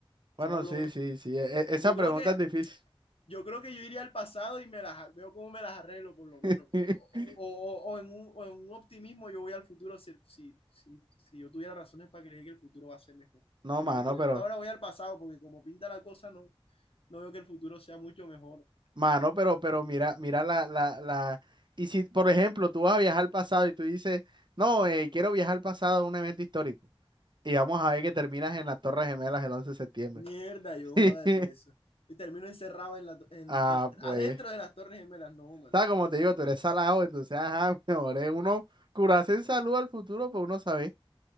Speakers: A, on the right; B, on the left.
A: Bueno,
B: solo.
A: sí, sí, sí. e- e- esa
B: Yo
A: pregunta
B: creo que
A: es difícil.
B: yo creo que yo iría al pasado y me las veo cómo me las arreglo, por lo menos.
A: <laughs>
B: O, o- o en un, o en un optimismo yo voy al futuro si, si, si, si yo tuviera razones para creer que el futuro va a ser mejor.
A: No,
B: Pero
A: mano,
B: yo creo
A: pero,
B: que por ahora voy al pasado, porque como pinta la cosa, no, no veo que el futuro sea mucho mejor.
A: mano, pero, pero mira, mira la, la, la. Y si, por ejemplo, tú vas a viajar al pasado y tú dices, no, eh, quiero viajar al pasado a un evento histórico. Y vamos a ver que terminas en las Torres Gemelas el 11 de septiembre.
B: Mierda, yo
A: <laughs>
B: joda por eso. Y termino encerrado en la, en,
A: Ah,
B: en-
A: pues.
B: adentro de las Torres Gemelas. No, man.
A: Está como te digo, tú eres salado, entonces, ajá, <laughs> mejor es uno curarse
B: No,
A: en salud
B: no.
A: al futuro, pues uno sabe.